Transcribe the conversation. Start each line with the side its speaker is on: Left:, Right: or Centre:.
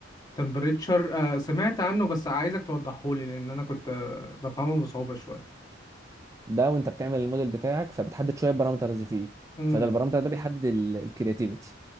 Left: تمبريتشر آه سمعت عنه بس عايزك توضحه لي لان انا كنت آه، بفهمه بصعوبه شويه
Right: ده وانت بتعمل الموديل بتاعك فبتحدد شويه بارامترز فيه
Left: امم
Right: فده البارامتر ده بيحدد الكرياتيفيتي